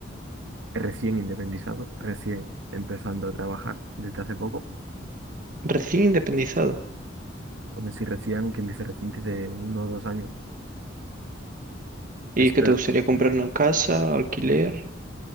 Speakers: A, on the right; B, on the right.
A: recién independizado, recién empezando a trabajar desde hace poco,
B: Recién independizado.
A: o si recién, quien dice reciente, de uno o dos años.
B: ¿Y
A: Espero,
B: qué te gustaría comprar una casa, alquiler?